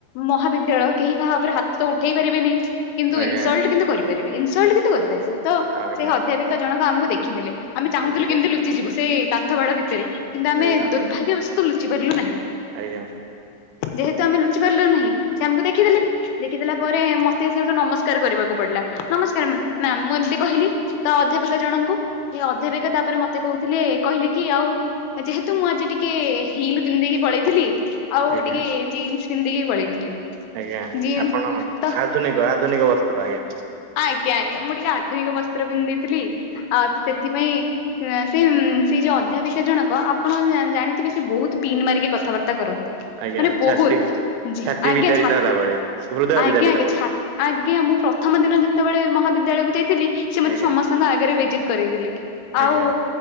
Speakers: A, on the left; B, on the right.
A: ମହାବିଦ୍ୟାଳୟ କେହି କାହା ଉପରେ ହାତ ତ ଉଠେଇ ପାରିବେନି। କିନ୍ତୁ
B: ଆଜ୍ଞା
A: ଇନସଲ୍ଟ କିନ୍ତୁ କରିପାରିବି ଇନସଲ୍ଟ କିନ୍ତୁ କରିପାରିବି ତ
B: ଆଜ୍ଞା
A: ସେଇ ଅଧ୍ୟାପିକା ଜଣକ ଆମକୁ ଦେଖିଦେଲେ। ଆମେ ଚାହୁଁଥିଲୁ
B: ଆଜ୍ଞା ଆଜ୍ଞା
A: କେମିତି ଲୁଚିଯିବୁ ସେଇ କାନ୍ଥ ବାଡ ଭିତରେ କିନ୍ତୁ ଆମେ
B: ଆଜ୍ଞା ଆଜ୍ଞା
A: ଦୁର୍ଭାଗ୍ୟବଶତଃ ଲୁଚି ପାରିଲୁ ନାହିଁ।
B: ଆଜ୍ଞା।
A: ଯେହେତୁ ଆମେ ଲୁଚି ପାରିଲୁ ନାହିଁ ସେ ଆମକୁ ଦେଖିଦେଲେ ଦେଖିଦେଲା ପରେ ମତ୍ ତେ ସେଠୁ ନମସ୍କାର କରିବାକୁ ପଡିଲା ନମସ୍କାର ଉମ୍ ନା ମୁଁ ଏମିତି କହିଲି ତ ଅଧ୍ୟାପିକା ଜଣଙ୍କୁ ସେ ଅଧ୍ୟାପିକା ତାପରେ ମତ୍ ମତେ କହୁଥିଲେ କହିଲେ କି ଆଉ ଯେହେତୁ ମୁଁ ଆଜି ଟିକେ ହିଲ ପିନ୍ଧିଦେଇକି ପଳେଇଥିଲି ଆଉ
B: ଆଜ୍ଞା ଆଜ୍ଞା
A: ଟିକେ ଜିନ୍ସ ପିନ୍ଧିଦେଇକି ପଳେଇଥିଲି।
B: ଆଜ୍ଞା
A: ଜିନ୍ସ
B: ଆପଣ
A: ତ
B: ଆଧୁନିକ ଆଧୁନିକ ବସ୍ତ୍ର ଆଜ୍ଞା।
A: ଆଜ୍ଞା ଆଜ୍ଞା ମୁଁ ଟିକେ ଆଧୁନିକ ବସ୍ତ୍ର ପିନ୍ଧିଦେଇଥିଲି ଆଉ ତ ସେଥିପାଇଁ ଏ ଆଁ ସେଇ ସେଇ ଯୋଉ ଅଧ୍ୟାପିକା ଜଣକ ଆପଣ ଜାଣ ଜାଣିଥିବେ ସେ ବହୁତ ପିନ୍ ମାରିକି କଥାବାର୍ତ୍ତା କରନ୍ତି।
B: ଆଜ୍ଞା
A: ମାନେ ବହୁତ
B: ଛାତି ଛାତି
A: ଆଜ୍ଞା
B: ବିଦାରିତ
A: ଛା
B: ହେଲା ଭଳିଆ ହୃଦୟ
A: ଆଜ୍ଞା
B: ବିଦାରିତ
A: ଆଜ୍ଞା
B: ଭଳି
A: ଛା ଆଜ୍ଞା ମୁଁ ପ୍ରଥମ ଦିନ ଯେତେବେଳେ ମହାବିଦ୍ୟାଳୟକୁ ଯାଇଥିଲି ସିଏ ମତେ
B: ଆଜ୍ଞା
A: ସମସ୍ତଙ୍କ ଆଗରେ ବେଜିତ୍ କରେଇଦେଲେ। ଆଉ
B: ଆଜ୍ଞା